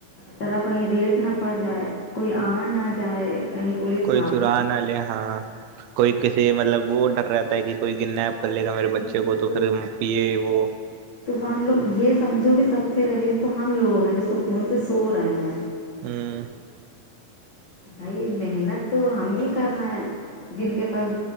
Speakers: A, on the left; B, on the right.
A: چلا کہیں ریٹ نہ پڑ جائے کوئی آ نہ جائے کہیں پولیس
B: کوئی
A: چھاپا
B: چران والے ہاں کوئی کسی مطلب وہ ڈر رہتا ہے کہ کوئی گننا کر لے گا میرے بچے
A: نہ
B: کو
A: پڑے
B: تو پھر پے وہ
A: تو وہ ہم لوگ یہ سمجھو کہ سب سے رہیز تو ہم لوگ ہیں جو سکون سے سو رہے ہیں
B: ہوں
A: بھائی محنت تو ہم بھی کر رہے ہیں جن کے پاس